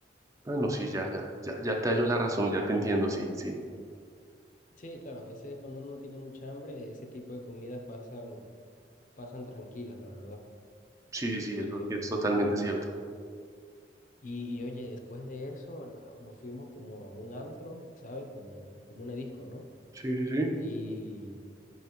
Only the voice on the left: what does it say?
Sí, claro, a veces cuando uno no tiene mucha hambre, ese tipo de comidas pasan, pasan tranquilas, la verdad.
Em,
Y, y oye, después de eso na- nos fuimos como a un antro, ¿sabes? Como, como una disco, ¿no?
Y,